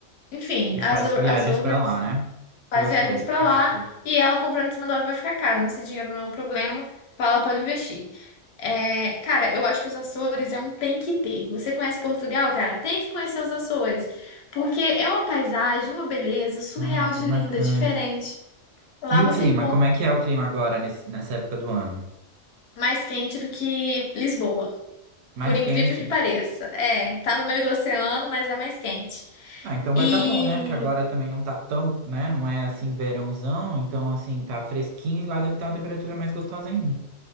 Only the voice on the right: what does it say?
E faz
viagens
pra lá, né?
Professores,
professores.
Ah,
que bacana.
E
o clima?
Como é que é o clima agora nesse- nessa época do ano?
Mais
quente?
Ah, então vai
tá bom, né? Porque agora também não tá tão, né? Não é assim verãozão, então assim, tá fresquinho e lá deve estar uma temperatura mais gostosa ainda.